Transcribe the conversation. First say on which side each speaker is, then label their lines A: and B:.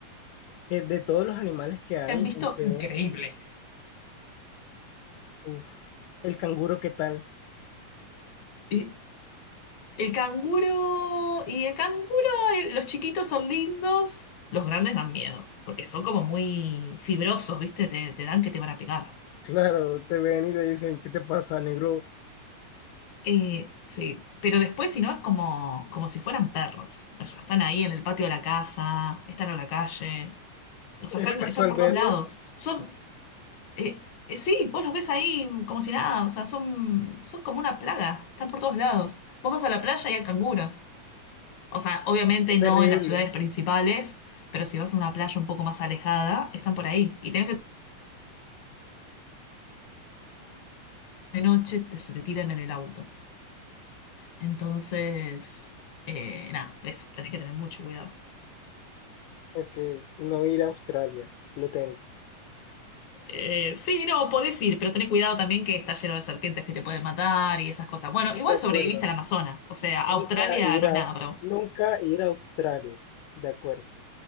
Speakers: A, on the left (about 85°); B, on the left (about 65°).
A: que de todos los animales que hay,
B: han visto,
A: el peor.
B: increíble.
A: Uf. El canguro, ¿qué tal?
B: Eh, El canguro y el canguro, eh, los chiquitos son lindos, los grandes dan miedo, porque son como muy fibrosos, ¿viste? Te, te dan que te van a pegar.
A: Claro, te ven y te dicen, ¿qué te pasa, negro?
B: Eh, sí, pero después si no es como, como si fueran perros. O sea, están ahí en el patio de la casa, están en la calle, o sea,
A: Es
B: están,
A: re casual
B: están por
A: verlos.
B: todos lados. Son, eh, eh, sí, vos los ves ahí como si nada, o sea, son, son como una plaga, están por todos lados. Vos vas a la playa y hay canguros. O sea, obviamente
A: Qué terrible.
B: no en las ciudades principales, pero si vas a una playa un poco más alejada, están por ahí. Y tenés que de noche, te- se te tiran en el auto. Entonces, eh, nada, eso, tenés que tener mucho cuidado.
A: Ok, no ir a Australia. Lo tengo.
B: Eh, sí, no, podés ir, pero tenés cuidado también que está lleno de serpientes que te pueden matar y esas cosas. Bueno,
A: De
B: igual
A: acuerdo.
B: sobreviviste al Amazonas, o sea, Australia
A: Nunca ir
B: no es
A: a,
B: nada para vos.
A: nunca ir a Australia. De acuerdo.